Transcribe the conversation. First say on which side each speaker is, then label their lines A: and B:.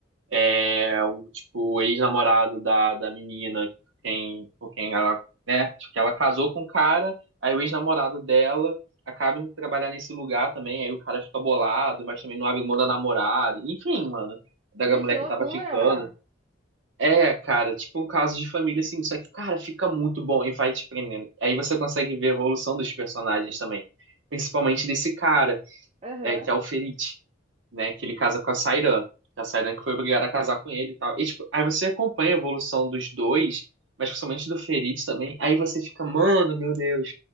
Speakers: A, on the right (about 70°); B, on the right (about 30°).
A: é o tipo, o ex-namorado da, da menina, quem, com quem ela, né? Acho que ela casou com o cara, aí o ex-namorado dela acaba indo trabalhar nesse lugar também, aí o cara fica bolado, mas também não abre mão da namorada, enfim, mano, da
B: Gente,
A: mulher
B: que loucura!
A: que tava ficando. É, cara, tipo um caso de família, assim, só que, cara, fica muito bom e vai te prendendo. Aí você consegue ver a evolução dos personagens também. Principalmente desse cara,
B: Aham.
A: é, que é o Ferit né? Que ele casa com a Sairan. A Sairan que foi obrigada a casar com ele e tal. E, tipo, aí você acompanha a evolução dos dois, mas principalmente do Ferit também. Aí você fica, mano, meu Deus.